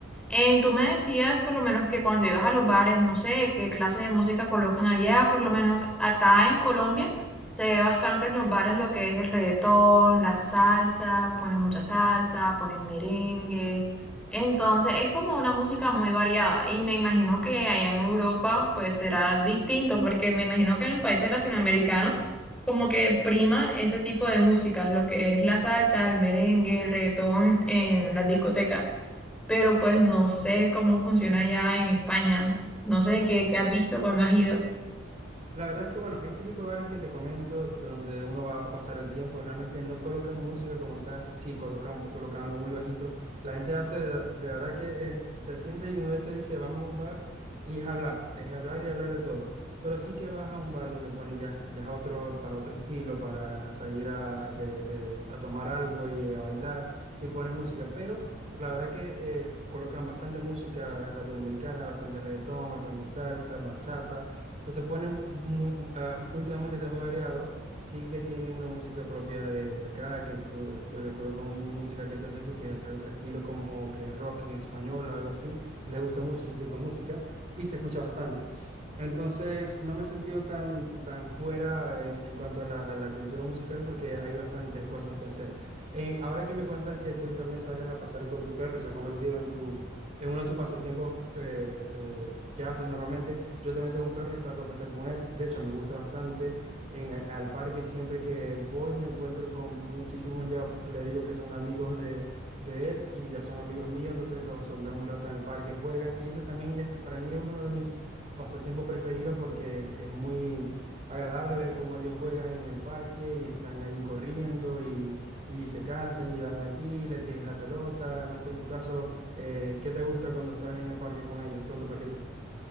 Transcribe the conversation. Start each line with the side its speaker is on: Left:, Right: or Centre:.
Centre: Eh, tú me decías por lo menos que cuando ibas a los bares, no sé qué clase de música colocan allá, por lo menos acá en Colombia se ve bastante en los bares lo que es el reggaetón, la salsa, ponen mucha salsa, ponen merengue. Entonces es como una música muy variada y me imagino que allá en Europa pues será distinto porque me imagino que en los países latinoamericanos como que prima ese tipo de músicas, lo que es la salsa, el merengue, el reggaetón en las discotecas pero pues no sé cómo funciona ya en España. No sé
Right: sí
Centre: qué, qué has visto cuando has ido.
Right: La verdad es que, bueno, este tipo de bares que te comento, donde uno va a pasar el tiempo, realmente no colocan música como tal, sí, colocan, colocan algo muy bajito. La gente hace, de, de verdad que eh, te sientes y uno se dice, vamos a un bar, y es hablar, es hablar y hablar de todo. Pero sí que vas a un bar donde pone ya, ya es otro, para otro estilo, para salir a, de- de- a tomar algo y a bailar, sí pone música, pero de- la verdad que eh, colocan bastante música latinoamericana, bastante reggaetón, bastante salsa, bachata. Entonces ponen, mu- ah, últimamente está muy variado, sí que tienen una música propia de, de acá, que co- es- co- le colocan música que se hace aquí, que es el estilo como que rock en español o algo así, le gusta mucho ese tipo de música y se escucha bastante. Entonces no me he sentido tan, tan fuera en, en cuanto a la, a la cultura musical porque hay bastantes cosas que hacer. Eh, ahora que me cuentas que tú también sales a pasar con tu perro y se ha convertido en tu... en uno de tus pasatiempos eh, eh, que haces normalmente. Yo también tengo un perro y salgo a pasar con él. De hecho, me gusta bastante. En, al parque siempre que voy me encuentro con muchísimos, ya le digo que son amigos de, de él y ya son amigos míos. Entonces los soldamos un rato en el parque, juegan. Y eso también es para mí es uno de mis pasatiempos preferidos porque es muy agradable ver cómo ellos juegan en el parque y están allí corriendo y, y se cansan y van a ti, le tiras la pelota. No sé, en tu caso, eh, ¿qué te gusta cuando estás en el parque con ellos, con tu perrito?